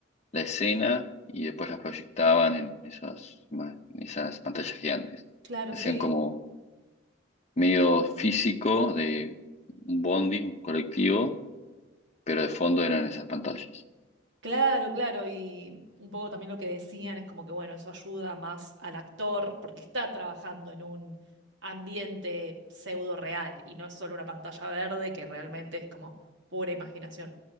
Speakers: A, on the left; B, on the right.
A: la escena y después las proyectaban en esas, ma- en esas pantallas gigantes.
B: claro,
A: Hacían
B: sí,
A: como medio físico de un bondi, un colectivo, pero de fondo eran esas pantallas.
B: claro, claro, y un poco también lo que decían es como que, bueno, eso ayuda más al actor porque está trabajando en un ambiente pseudo real y no es solo una pantalla verde que realmente es como pura imaginación.